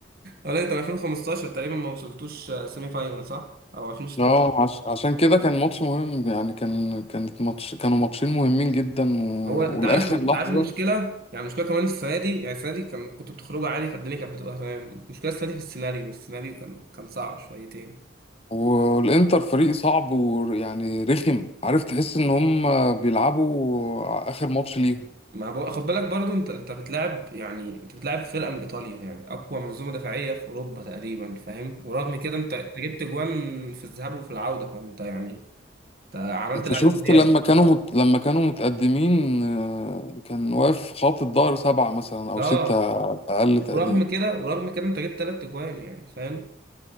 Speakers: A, on the right; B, on the left.
A: اه لا انت من 2015 تقريبا ما وصلتوش آه، سيمي فاينال صح؟ او 2016
B: اه عش... عشان كده كان ماتش مهم يعني كان كانت ماتش كانوا ماتشين مهمين جدا و...
A: هو انت
B: والاخر
A: عارف انت
B: لحظة
A: عارف المشكله يعني المشكله كمان السنه دي يعني السنه دي كان كنت بتخرجوا عادي فالدنيا كانت بتبقى تمام المشكله السنه دي في السيناريو السيناريو كان كان صعب شويتين
B: والانتر فريق صعب ويعني رخم عارف تحس ان هم بيلعبوا اخر ماتش ليهم
A: ما بو... خد بالك برضو انت انت بتلعب يعني انت بتلعب فرقه من ايطاليا يعني اقوى منظومه دفاعيه في اوروبا تقريبا فاهم ورغم كده انت انت جبت جوان في الذهاب وفي العوده فانت يعني انت عملت
B: انت
A: اللي
B: شفت
A: عليك وزياده
B: لما كانوا مت... لما كانوا متقدمين آه، كان واقف خط الظهر سبعة مثلا او
A: اه
B: ستة اقل تقدير
A: ورغم كده ورغم كده انت جبت ثلاث جوان يعني فاهم